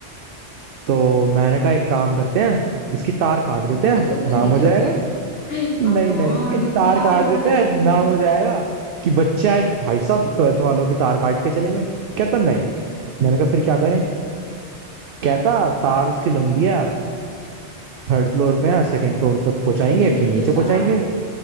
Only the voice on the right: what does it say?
तो मैंने कहा एक काम करते हैं इसकी तार काट
देते हैं
नाम
हो
जाएगा
नहीं
नहीं
तार
काट
देते हैं
नाम हो जाएगा कि बच्चा है भाई साहब ट्वेल्थ वालों की तार काट के चले गए कहता नहीं मैंने कहा फिर क्या करें कहता तार इसकी लंबी है थर्ड फ्लोर पे है सेकंड फ्लोर तक पहुंचाएंगे
फिर नीचे
पहुंचाएंगे